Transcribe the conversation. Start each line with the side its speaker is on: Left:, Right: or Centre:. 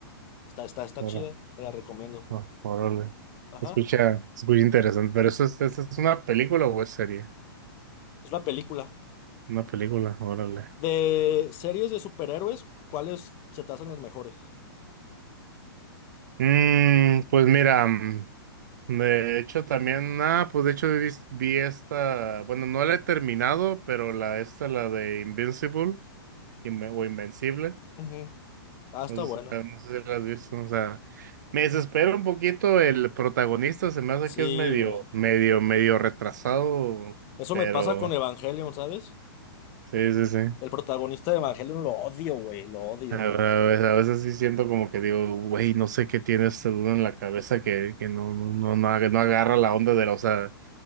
Left: Está, está, está
Right: Ora-
Left: chida, te la recomiendo.
Right: o- Órale.
Left: Ajá,
Right: Se Escucha, se escucha interesante. Pero eso es, ¿esa es una película o es serie?
Left: es una película.
Right: Una película, órale.
Left: De series de superhéroes, ¿cuáles se te hacen las mejores?
Right: Mm, pues mira, mm, de hecho también, ah, pues de hecho vi, vi esta, bueno, no la he terminado, pero la esta, la de Invincible Inve- o Invencible,
Left: Ujú. Ah, está
Right: no sé
Left: buena.
Right: si, la- no sé si la has visto, o sea, me desespera un poquito el protagonista, se me hace
Left: Sí,
Right: que es medio,
Left: güey.
Right: medio, medio retrasado,
Left: Eso
Right: pero
Left: me pasa con Evangelion, ¿sabes?
Right: sí, sí, sí.
Left: El protagonista de Evangelion lo odio, güey, lo odio.
Right: A ver, a veces, a veces sí siento como que digo, güey, no sé qué tiene este dude en la cabeza que, que no, no, no, no ag- no agarra la onda de la,